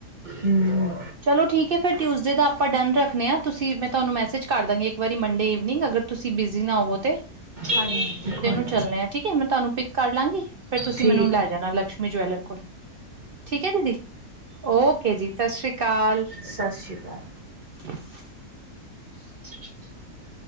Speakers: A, on the right (about 35°); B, on the right (about 80°).
A: ਹੂੰ -
B: ਚਲੋ ਠੀਕ ਹੈ, ਫਿਰ ਟਿਊਜ਼ਡੇ ਦਾ ਆਪਾਂ ਡਨ ਰੱਖਦੇ ਹਾਂ, ਤੁਸੀਂ ਮੈਂ ਤੁਹਾਨੂੰ ਮੈਸੇਜ ਕਰ ਦਾਂਗੀ ਇੱਕ ਵਾਰੀ ਮੰਡੇ ਈਵਨਿੰਗ ਅਗਰ ਤੁਸੀ ਬਿਜੀ ਨਾ ਹੋਵੋ ਤੇ-
A: ਹਾਂਜੀ, ਬਿਲਕੁਲ।
B: ਚਲਣੇ ਆ ਠੀਕ ਹੈ, ਮੈ ਤੁਹਾਨੂੰ ਪਿੱਕ ਕਰ ਲਾਂਗੀ, ਫੇਰ ਤੁਸੀ
A: ਠੀਕ
B: ਮੈਨੂੰ ਲੈ ਜਾਣਾ ਲਕਸ਼ਮੀ ਜਵੈਲਰ ਕੋਲ। ਠੀਕ ਹੈ ਦੀਦੀ, ਓਕੇ ਜੀ ਸਤਿ ਸ੍ਰੀ ਅਕਾਲ।
A: ਸਤਿ ਸ਼੍ਰੀ ਅਕਾਲ।
B: ਹ <inaudible>
A: ਹ <inaudible>